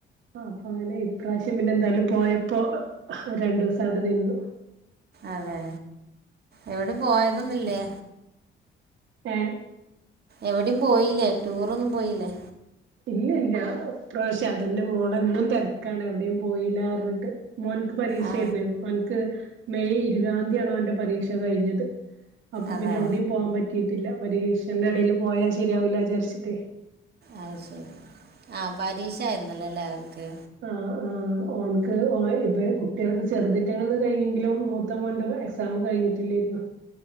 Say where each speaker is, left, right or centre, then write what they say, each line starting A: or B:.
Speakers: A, on the right; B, on the right.
A: ആ അപ്പൊ അങ്ങനെ ഇപ്രാവശ്യം പിന്നെ എന്തായാലും പോയപ്പോ രണ്ടു ദിവസം അവിടെ നിന്നു
B: അതെ എവിടീം പോയതെന്നും ഇല്ലേ
A: ഏ
B: എവിടെയും പോയില്ലേ ടൂർ ഒന്നും പോയില്ലേ
A: ഇല്ല ഇല്ല ഇപ്രവശ്യം അതിന്റെ മോളന്നും തരത്തി എവിടെയും പോയില്ല പറഞ്ഞിട്ട് മോ ന് ക്ക് പരീക്ഷായിരുന്ന്
B: ആ
A: അവന്ക്ക് മെയ് ഇരുപതാം തീയതിയാണ് അവന്റെ പരീക്ഷ കഴിഞ്ഞത് അപ്പൊ
B: അതെ
A: പിന്നെ എവിടെയും പോവാൻ പറ്റിയിട്ടില്ല പരീക്ഷന്റെ ഇടയിൽ പോയാ ശരിയാവില്ല വിചാരിച്ചിട്ട്
B: അഹ് ശരി ആഹ് പരീക്ഷായിന്നല്ലല്ലേ അവക്ക്
A: ആ ആ ഓനക്ക് ഓ ഇത് പറയുന്നത് ഇങ്ങനെ പറഞ്ഞു കൊണ്ട് പറഞ്ഞു കൊടുത്തു എന്നു കരുതി അവന് പറഞ്ഞു തരുന്നു കുട്ടികളുടെ ചെറുതെറ്റങ്ങലൂടെ കൈഞ്ഞെങ്കിലും മൂത്ത മോൻ്റെ എക്സാം പ്രതികരണം അറിയിക്കുന്നത്കെയ്ൻ പ്രതികരിച്ച് കഴിഞ്ഞെിലും മൂത്ത മൻ എക്സാം കഴിട്ടില്ലായിരുന്നു